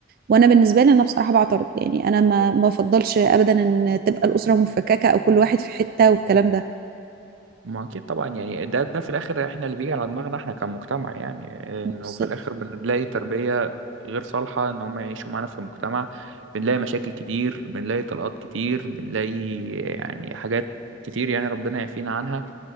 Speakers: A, on the right; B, on the right.
A: وانا بالنسبة لي انا بصراحة بعترض يعني انا ما ما بفضلش ابدا ان تبقى الأسرة مفككة او كل واحد في حتة والكلام ده
B: ما اكيد طبعا يعني ده ده في الاخر احنا اللي بيجي على دماغنا احنا كمجتمع يعني
A: بالظبط
B: انه في الاخر بنلاقي تربية غير صالحة ان هم يعيشوا معانا في المجتمع بنلاقي مشاكل كتير بنلاقي طلقات كتير بنلاقي يعني حاجات كتير يعني ربنا يعافينا عنها